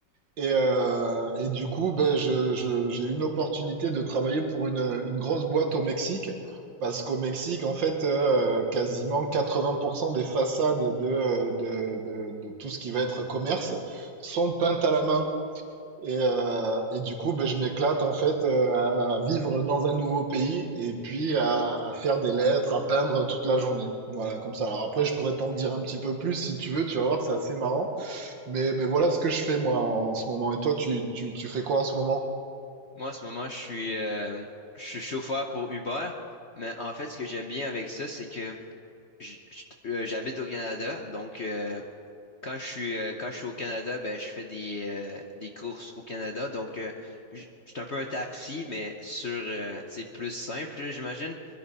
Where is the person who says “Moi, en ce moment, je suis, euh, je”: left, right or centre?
Left